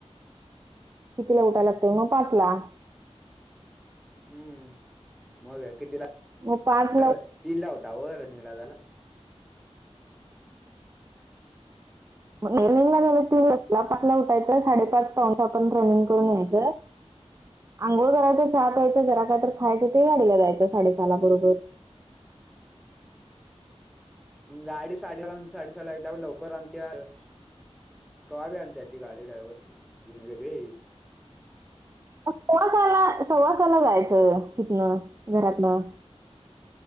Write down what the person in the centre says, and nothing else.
हम. मग कितीला उठाव
तीनला उठावं रनिंगला जायला.
हम्म.
गाडी सहाला हाय म्हणून साडेसहाला येत्या व्हय लवकर आणि त्या <inaudible> कव्हां बी आणत्यात ती गाडी डाईव्हर वेगळी हायत.